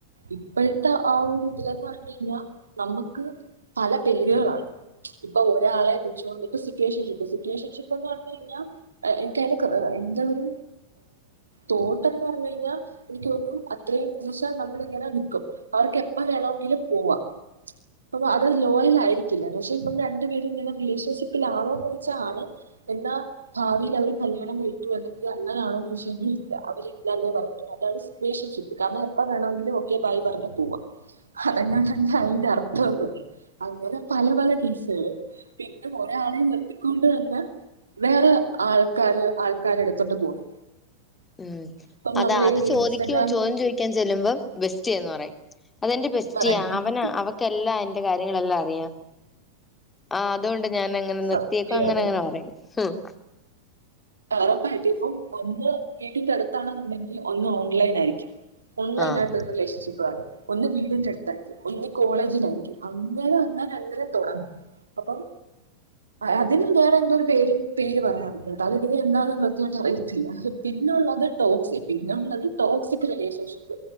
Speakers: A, on the right; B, on the left.
A: ഇപ്പഴത്തെ ആ ഒരു ഇതിലന്ന് പറഞ്ഞയ്ഞ്ഞാ നമ്മക്ക് പല പേരുകളാണ് ഇപ്പൊ ഒരാളെ വെച്ചുകൊണ്ട് ഇപ്പം സിറ്റുവേഷൻഷിപ്പ് സിറ്റുവേഷൻഷിപ്പെന്ന് പറഞ്ഞ് കഴിഞ്ഞാ എനിക്കതിന്റെയൊക്കെ ഒ എന്റെ ഒരു തോട്ടന്ന് പറഞ്ഞ് കഴിഞ്ഞ എനിക്ക് തോനുന്നു അത്രയും കൂശാൻ നമ്മളിങ്ങനെ നിക്കും അവർക്ക് എപ്പ വേണവെങ്കിലും പോവാം മ്ച്ച് അപ്പൊ അത് ലോയലായിരിക്കില്ല പക്ഷെ ഇപ്പം രണ്ടു വീടിങ്ങനെ റിലേഷൻഷിപ്പിലാണോന്ന് ചോയിച്ചാ ആണ് എന്താ ഭാവിയിൽ അവര് കല്യാണം കഴിച്ചു അല്ലെങ്കി അങ്ങനാണോന്ന് ചോദിച്ച് കഴിഞ്ഞ ഇല്ല അവരില്ലാന്നേ പറയ അതാണ് സിറ്റുവേഷൻഷിപ്പ് കാരണം എപ്പ വേണമെങ്കിലും ഓക്കെ ബായ് പറഞ്ഞു പോവാം അതന്നെ തന്നെ അതിന്റെ അർത്ഥം എന്നും അങ്ങനെ പല പല ടീസ് ഏ പിന്നെ ഒരാളെ നിർത്തിക്കൊണ്ട് തന്നെ വേറെ ആൾക്കാര് ആൾക്കാരടെ അടുത്തോട്ട് പോണ്
B: ഉം
A: ഇപ്പം
B: അതാ
A: നമ്മൾ
B: അത്
A: ഈ
B: ചോദിക്കും
A: ഇൻസ്റ്റഗ്രാമിൽ
B: ചോദ്യം ചോദിക്കാൻ ചെല്ലുമ്പം ബെസ്റ്റിയാന്ന് പറയും അതെന്റെ ബെസ്റ്റിയ
A: പറയും അങ്ങനത്തെ
B: അവന് അവക്കെല്ലാം എന്റെ കാര്യങ്ങളെല്ലാം അറിയാം ആ അതുകൊണ്ട് ഞാനങ്ങനെ
A: സത്യാണ്
B: നിർത്തിയേക്കും അങ്ങനെ അങ്ങനെ പറയും ഹാ <inaudible>
A: ഒറപ്പായിട്ടും ഇപ്പം ഒന്ന് വീട്ടിന്റെ അടുത്താണെന്നുണ്ടെങ്കി ഒന്ന് ഓൺലൈനായിരിക്കും ഓൺലൈനായിട്ടൊരു
B: ആഹ്
A: റിലേഷൻഷിപ്പ് ക്കവാറും ഒന്ന് വീടിന്റെ അടുത്തായിരിക്കും ഒന്നി കോളേജിലായിരിക്കും അങ്ങനെ അങ്ങനെ അങ്ങനെ തൊടങ്ങും അപ്പം അതിന് വേറെ എന്തോ ഒരു പേര് പേര് പറയാറുണ്ട് ട്ടതെനിക്ക് എന്താണെന്ന് കൃത്യവായിട്ട് അറയിത്തില്ല ത് പിന്നുള്ളത് ടോക്സി പിന്നെ ഒള്ളത് ടോക്സിക് റിലേഷൻഷിപ്പ്